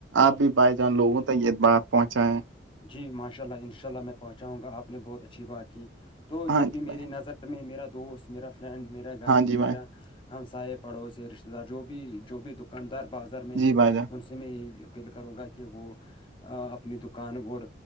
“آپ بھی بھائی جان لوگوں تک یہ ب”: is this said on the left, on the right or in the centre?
Right